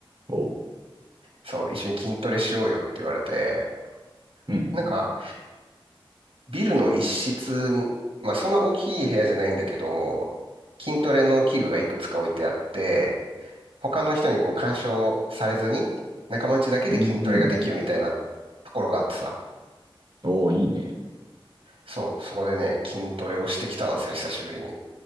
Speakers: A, on the right; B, on the right.
A: おう、
B: そう、一緒に筋トレしようよって言われて、
A: うん、
B: なんか、ビルの一室に、まあそんな大きい部屋じゃないんだけど、筋トレの器具がいくつか置いてあって、他の人にこう干渉されずに、仲間内だけで筋トレができるみたいな
A: うん、うん。
B: ところがあってさ。
A: おーいいね。
B: そう、そこでね、筋トレをしてきたんですよ、久しぶりに。